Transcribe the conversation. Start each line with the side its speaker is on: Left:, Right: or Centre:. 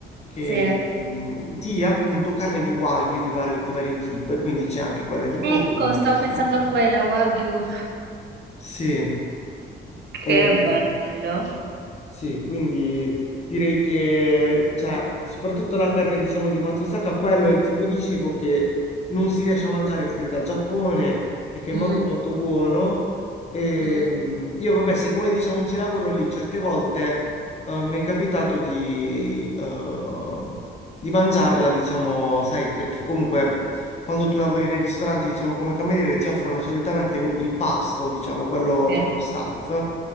Left: che,
Right: Sì.
Left: mh, di appunto carne di wagyu di vario, di vario tipo e quindi c'è anche quella di Kobe,
Right: Ecco,
Left: ma
Right: stavo
Left: si staccano.
Right: pensando a quella, Wagyu.
Left: Sì.
Right: Che
Left: E-
Right: bello.
Left: Sì, quindi direi che, cioè, soprattutto la carne, diciamo, di Matsusaka, quello è il tipo di cibo che non si riesce a mangiare fuori dal Giappone e che è molto
Right: Mm,
Left: molto buono. E,
Right: mm.
Left: mm, io, vabbè, siccome diciamo ci lavoro lì, certe volte eh, mi è capitato di, eh, di mangiarla, diciamo, sai, perché comunque quando tu lavori nei ristoranti, diciamo, come cameriere, ti offrono solitamente un- il pasto, diciamo, quello
Right: Sì,
Left: per lo staff.